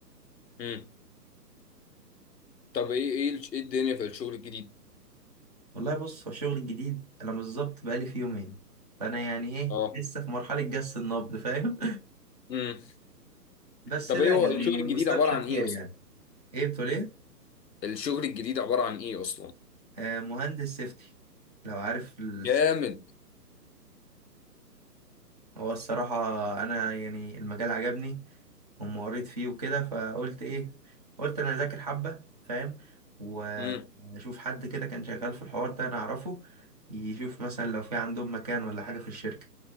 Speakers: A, on the left; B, on the right.
A: امم طب ايه ايه الش- ايه الدنيا في الشغل الجديد
B: والله بص هو الشغل الجديد انا بالظبط بقالي فيه يومين فانا يعني ايه
A: اه
B: لسه في مرحلة جس النبض فاهم
A: امم
B: <laughs> بس
A: طب
B: لا
A: ايه هو
B: يعني
A: الشغل الجديد
B: مستبشر
A: عباره عن
B: خير
A: ايه اصلا
B: يعني ايه بتقول ايه
A: الشغل الجديد عباره عن ايه اصلا
B: آه مهندس سيفتي لو عارف ال...
A: جامد
B: هو الصراحة انا يعني المجال عجبني أما قريت فيه وكده فقلت إيه قلت أنا أذاكر حبة فاهم وأشوف
A: امم
B: حد كده كان شغال في الحوار ده أنا أعرفه يشوف مثلا لو في عندهم مكان ولا حاجة في الشركة